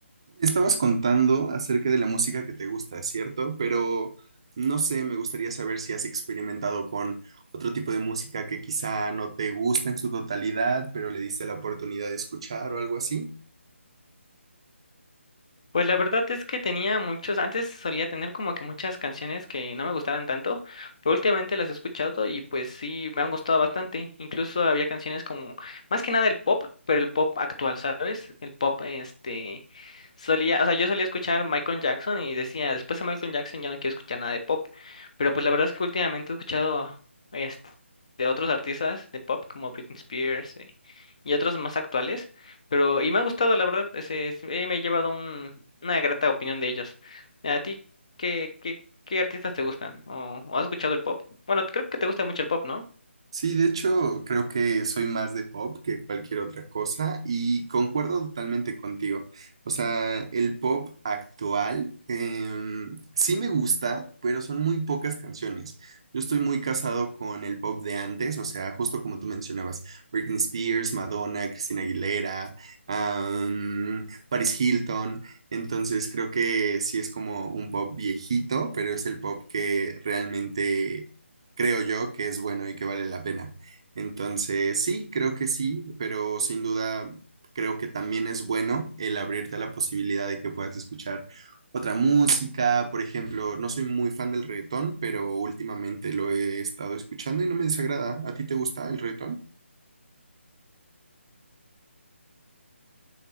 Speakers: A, on the right (about 25°); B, on the left (about 30°).
A: Me Estabas contando acerca de la música que te gusta, ¿cierto? Pero no sé, me gustaría saber si has experimentado con otro tipo de música que quizá no te gusta en su totalidad, pero le diste la oportunidad de escuchar o algo así.
B: Pues la verdad es que tenía muchos, antes solía tener como que muchas canciones que no me gustaran tanto, pero últimamente las he escuchado y pues sí, me han gustado bastante. Incluso había canciones como, más que nada el pop, pero el pop actual, ¿sabes? El pop, este, solía, o sea, yo solía escuchar Michael Jackson y decía, después de Michael Jackson ya no quiero escuchar nada de pop, pero pues la verdad es que últimamente he escuchado, este, de otros artistas de pop como Britney Spears, eh, y otros más actuales. Pero, y me han gustado, la verdad, ese, es- eh, me he llevado un- una grata opinión de ellos. ¿A ti qué, qué, qué artistas te gustan? ¿O, o has escuchado el pop? Bueno, creo que te gusta mucho el pop, ¿no?
A: Sí, de hecho, creo que soy más de pop que cualquier otra cosa y concuerdo totalmente contigo. O sea, el pop actual em, sí me gusta, pero son muy pocas canciones. Yo estoy muy casado con el pop de antes, o sea, justo como tú mencionabas, Britney Spears, Madonna, Christina Aguilera, am, Paris Hilton. Entonces, creo que sí es como un pop viejito, pero es el pop que realmente creo yo que es bueno y que vale la pena. Entonces, sí, creo que sí, pero sin duda creo que también es bueno el abrirte a la posibilidad de que puedas escuchar otra música. Por ejemplo, no soy muy fan del reggaetón, pero últimamente lo he estado escuchando y no me desagrada. ¿A ti te gusta el reggaetón?